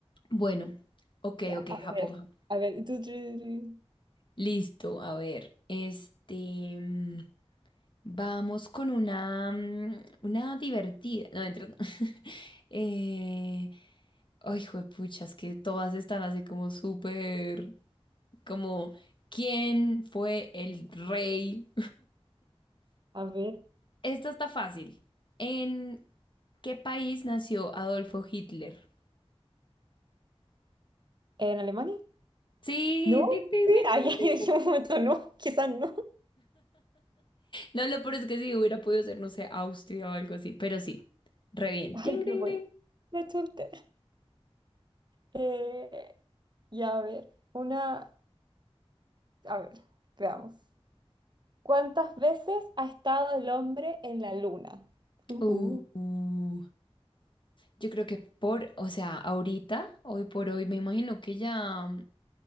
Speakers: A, on the left; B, on the right.
A: Bueno, ok,
B: Ya,
A: ok,
B: a
A: Japón.
B: ver.
A: Japón.
B: A ver. tu, tu, tu.
A: Listo, a ver, este, mm, vamos con una, mm, una divertida. No, mentira, no. <laughs> Eh, Ay, juepucha, es que todas están así como súper, como, ¿quién fue el rey?
B: A ver.
A: <laughs> Esto está fácil. ¿En qué país nació Adolfo Hitler?
B: ¿En Alemania?
A: Sí,
B: No.
A: ding, ding,
B: Sí,
A: ding,
B: ahí
A: ding, ding,
B: <laughs> dije
A: ding.
B: un momento, no. Quizás no.
A: No, lo peor es que sí, hubiera podido ser, no sé, Austria o algo así, pero sí, re
B: <laughs>
A: bien.
B: Ay,
A: Ding, ding,
B: qué bueno.
A: ding.
B: La chunté. Eh, ya, a ver. Una. A ver, veamos. ¿Cuántas veces ha estado el hombre en la luna? Ujú.
A: Uh, yo creo que por, o sea, ahorita, hoy por hoy, me imagino que ya,